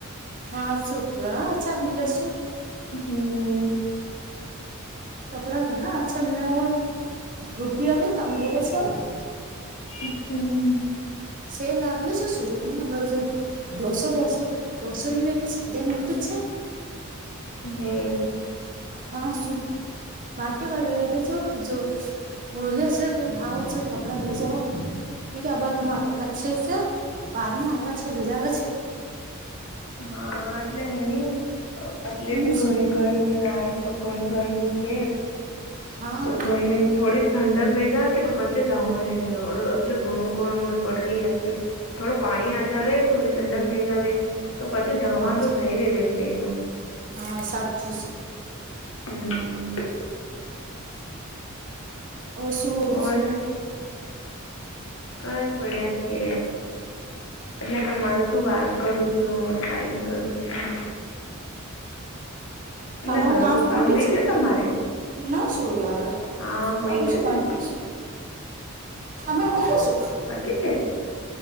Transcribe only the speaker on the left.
હમ
હમ
હે
હા એટલે હે નહ એટલે
બી
ઘણી ગરમી આજ તો ઘણી ગરમી છે
તો ગરમી થોડી ઠંડક વેચા કે તો પછી જવા છેડ એટલ ઘણું ગ પડ રહી થોડો પાણી આજવે થોડી ઠંડક વે જવે તો પછી જણવા
તો
સઈ ર છે એનું
હમ
ઓર
બસ બડિયા છે એટલે તમારું શું વાત કરું છું છું કઈ નહી કરું છું એટલે
ઘરકું
રહી
ગયું તમારે
હા વહી
ગયું
ને
બાકી છે